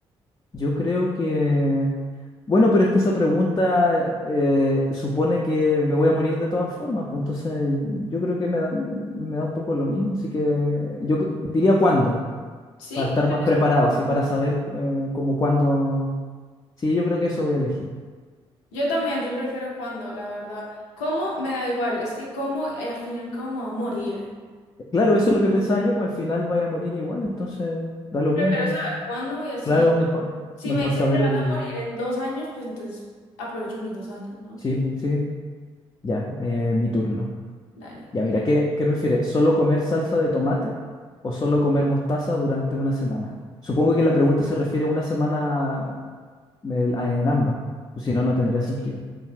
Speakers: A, on the left; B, on the left.
A: Yo creo que... Bueno, pero es que esa pregunta eh, supone que me voy a morir de todas formas, pues entonces yo creo que me da, me da un poco lo mismo, así que yo c- diría cuándo,
B: Sí,
A: para estar
B: prefieres-
A: más preparado, sí, para saber cu- eh, como cuándo, sí, yo creo que eso voy a elegir.
B: yo también, yo prefiero cuándo, la verdad. ¿Cómo? Me da igual, es que cómo, eh, al final, cómo voy a morir.
A: Claro, eso es lo que pensaba yo, pues al final voy a morir igual, entonces da lo
B: Prefiero
A: mismo,
B: saber
A: ¿no?
B: cuándo y así.
A: Claro, mejor,
B: Si
A: mejor
B: me dice
A: saber
B: te vas
A: el...
B: a morir en dos años, pues entonces aprovecho mis dos años, ¿no?
A: Sí, pues, sí, ya, eh, mi turno.
B: Dale.
A: Ya, mira, ¿qué, qué prefieres? ¿Solo comer salsa de tomate o solo comer mostaza durante una semana? Supongo que la pregunta se refiere a una semana el- a- en ambas. pues Si no, no tendría
B: Sí.
A: sentido.